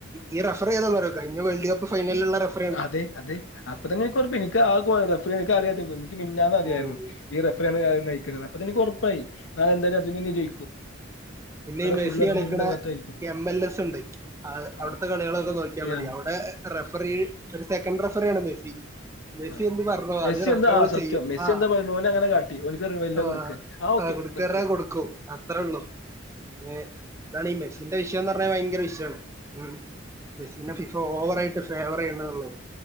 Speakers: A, on the right; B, on the left.
A: ഈ റഫറി ഏതാന്നറിയോ കഴിഞ്ഞ വേൾഡ് കപ്പ് ഫൈനലുള്ള റെഫർ
B: അതെ അതെ അപ്പൊ തന്നെ എനിക്ക്റപ്പ എനിക്ക് ആറഫ എനിക്ക അറിയാ എനിക്ക് മി ഞ്ഞന്ന് അറിയായിരുന്നു.
A: ഉം
B: ഈ റഫറയാണ് നയിക്കുന്നത് അപ്പതെന്നെ എനിക് ഒറപ്പായി നാെ എന്തായാലും അഅര്ജന്റീന ജയിക്കും.
A: പിന്നെ
B: കാരണം
A: ഈ മെസ്സി
B: ഫുൾ അർജന്റീനയുടെ
A: കളിക്കണ
B: ഭാഗത്തായിരിക്കും.
A: എം എൽ എസ് ഉണ്ട് അവിടുത്തെ
B: ആഹ്
A: കളികളൊക്കെ നോക്കിയാൽ
B: യാമി
A: മതി. അവിടെ
B: ഉം
A: റഫറി ഒരു സെക്കൻഡ് റഫറിയാണ് മെസ്സി. മെസ്സി
B: ആഹ്.
A: എന്തുപറഞ്ഞോ
B: മെസ്സി
A: അത് റഫറുകൾ
B: എന്താ ആ സത്യം
A: ചെയ്യും
B: മെസ്സി
A: ആ
B: എന്താ പറയുന്നത് ഓനെ അങ്ങനെ കാട്ടി ഓനക്ക് വലിയ
A: ആ.
B: കൊടുക്കുക ഓക്കെ
A: ആ കൊടുക്കാപറഞ്ഞകൊടുക്കും.
B: റെഫറി
A: അത്രേ ഉള്ളൂ. ഏ അതാണ് ഈ മെസിന്റെ വിഷയംന്ന് പറഞ്ഞാൽ ഭയങ്കര വിഷയമാണ്. ഉം മെസ്സിനെ ഫിഫ ഓവർ ആയിട്ട് ഫേവർചെയ്യണുള്ളൂ.